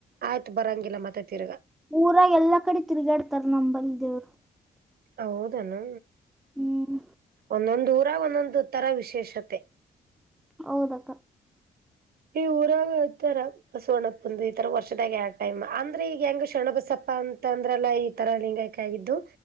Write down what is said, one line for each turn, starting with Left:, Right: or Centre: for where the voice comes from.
Right: ಆಯ್ತು ಬರಂಗಿಲ್ಲ ಮತ್ತೆ ತಿರ್ಗ
Centre: ಊರ ಎಲ್ಲಾ ಕಡೆ ತಿರುಗಾಡ್ತಾರ ನಮಂಬಲ್ಲಿ ದೇವ್ರು
Right: ಹೌದನು
Centre: ಹ್ಮ್
Right: ಒಂದೊಂದು ಊರ ಒಂದೊಂದು ತರ ವಿಶೇಷತೆ
Centre: ಹೌದಕ್ಕ
Right: ಈ ಊರಾಗ ಇತರ ಬಸವಣಪ್ಪಂದ ಈತರ ವರ್ಷದಾಗ ಆ ಟೈಮ್ ಅಂದ್ರೆ ಈಗ ಹೆಂಗ ಶಣಬಸಪ್ಪ ಅಂತ ಅಂದ್ರಲ್ಲ ಈ ತರ ಲಿಂಗಾಯಕ ಆಗಿದ್ದು